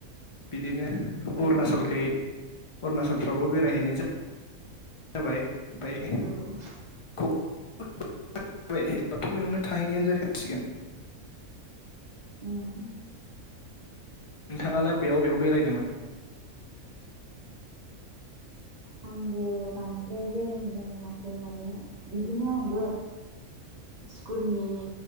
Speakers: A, on the left (about 50°); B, on the right (about 50°).
A: बिदिनो अरुणचलखै
B: औ
A: अरुणाचलफ्रावबो बेरायहैनाय जा जाबाय बाय
B: औ
A: <unintelligible> बेयावनो थाहैनायानो जाखासिगोन।
B: उम
A: नोंथाङालाय बेयाव बेयाव बेरायनोमोन
B: ओम। आंबो बांद्राय बेरायहैनो मोनाखै माने बिदिनो आंबो स्कुलनि